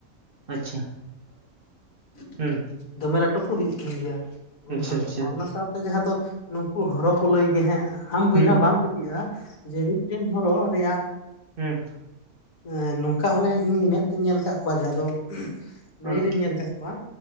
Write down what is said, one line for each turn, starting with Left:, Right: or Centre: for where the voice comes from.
Right: ᱟᱪᱪᱷᱟ
Left: <unintelligible>
Right: ᱦᱩᱸ
Left: ᱫᱚᱢᱮ ᱞᱟᱹᱴᱩ ᱠᱚ ᱦᱩᱭᱩᱜ ᱠᱟᱱ ᱜᱮᱭᱟ᱾ ᱜᱚᱝᱜᱷᱟ
Right: ᱟᱪᱪᱷᱟ
Left: ᱫᱚ
Right: ᱟᱪᱪᱷᱟ
Left: ᱟ ᱚᱱᱟ ᱥᱟᱶᱛᱮ ᱡᱟᱦᱟᱸ ᱫᱚ, ᱱᱩᱠᱩ ᱦᱚᱨᱚ ᱠᱚ ᱞᱟᱹᱭ ᱜᱮ ᱦᱮᱸ ᱟᱢ ᱵᱚᱭᱦᱟ
Right: ᱦᱩᱸ
Left: ᱵᱟᱢ ᱯᱟᱹᱛᱤᱭᱼᱟ᱾ ᱡᱮ ᱢᱤᱫᱴᱮᱱ ᱦᱚᱨᱚ ᱨᱮᱭᱟᱜ
Right: ᱦᱮᱸ
Left: ᱟᱸ ᱱᱚᱝᱠᱟ ᱦᱚᱞᱮ ᱤᱧ ᱢᱮᱸᱫ ᱛᱮᱧ ᱧᱮᱞ ᱠᱟᱫ ᱠᱚᱣᱟ ᱡᱟᱦᱟᱸ ᱫᱚ᱾ ᱱᱟᱹᱭᱨᱤᱧ
Right: ᱦᱩᱸ
Left: ᱧᱮᱞ ᱠᱟᱫ ᱠᱚᱣᱟ